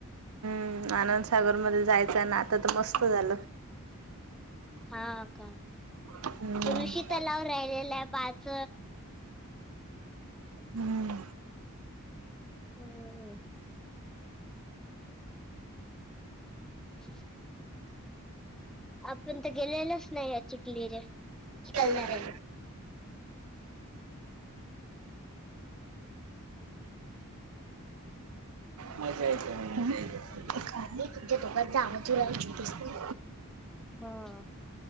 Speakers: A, on the right; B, in the centre.
A: हम्म आनंदसागर मध्ये जायचं ना आता तर मस्त झालं.
B: हा आता,
A: हम्म.
B: ऋषी तलाव राहिलेलं आहे पाच.
A: हम्म.
B: हम्म. हा हा <inaudible> आपण तर गेलेलच नाही चिखली रे चिखलदऱ्याला.
A: काय? मजयच <unintelligible> त त्या आजला आ चूप बस ना.
B: हा